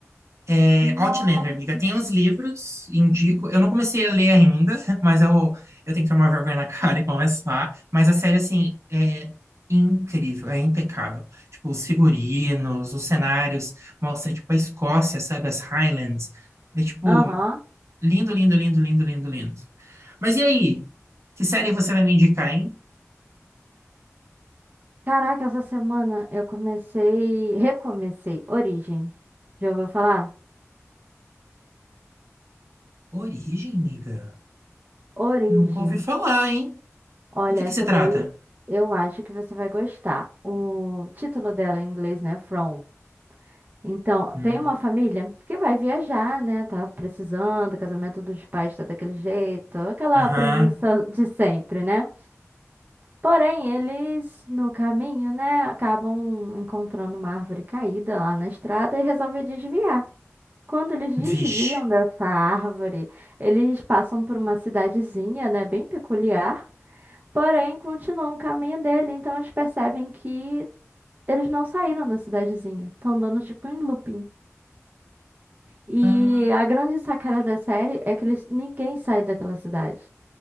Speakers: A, on the right; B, on the right.
A: É,
B: Nossa.
A: Outlander, amiga, tem os livros, indico. Eu não comecei a ler ainda, <laughs> mas eu, eu tenho que tomar vergonha na <laughs> cara e começar. Mas a série, assim, é incrível, é impecável. Tipo, os figurinos, os cenários, mostra, tipo, a Escócia, sabe, as Highlands. É, tipo,
B: Aham.
A: lindo, lindo, lindo, lindo, lindo, lindo. Mas e aí? Que série você vai me indicar, hein?
B: Caraca, essa semana eu comecei, recomecei Origem. Já ouviu falar?
A: Origem, amiga?
B: Origem.
A: Nunca ouvi falar, hein?
B: Olha,
A: Do que
B: essa
A: que se trata?
B: daí eu acho que você vai gostar. O título dela em inglês, né? From. Então,
A: Hum,
B: tem uma família que vai viajar, né? Tá precisando, o casamento dos pais tá daquele jeito, aquela
A: Aham,
B: premissa de sempre, né? Porém, eles no caminho, né, acabam encontrando uma árvore caída lá na estrada e resolvem desviar. Quando eles desviam
A: Vixe.
B: dessa árvore, eles passam por uma cidadezinha, né, bem peculiar. Porém, continuam o caminho dele, então eles percebem que eles não saíram da cidadezinha. Estão dando tipo em looping. E
A: Ah,
B: a grande sacada da série é que eles, ninguém sai daquela cidade.